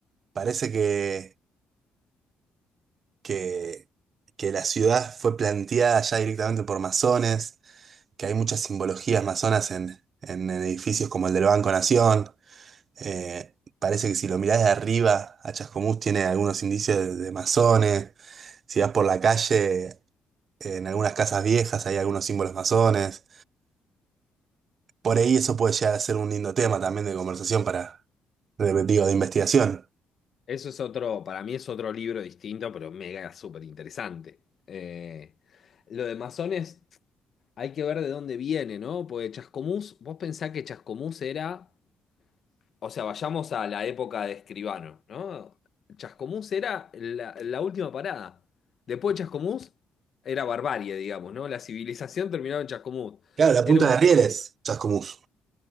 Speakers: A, on the right; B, on the left.
A: Parece que, que, que la ciudad fue planteada ya directamente por masones, que hay muchas simbologías masonas en, en edificios como el del Banco Nación. Eh, parece que si lo mirás de arriba a Chascomús tiene algunos indicios de, de masones. Si vas por la calle, en algunas casas viejas hay algunos símbolos masones. Por ahí eso puede llegar a ser un lindo tema también de conversación para de- digo, de investigación.
B: Eso es otro, para mí es otro libro distinto, pero mega súper interesante. Eh, lo de masones, hay que ver de dónde viene, ¿no? Porque Chascomús, vos pensás que Chascomús era, o sea, vayamos a la época de Escribano, ¿no? Chascomús era la, la última parada. Después de Chascomús era barbarie, digamos, ¿no? La civilización terminaba en Chascomús.
A: Claro, la punta
B: Era un,
A: de rieles, Chascomús.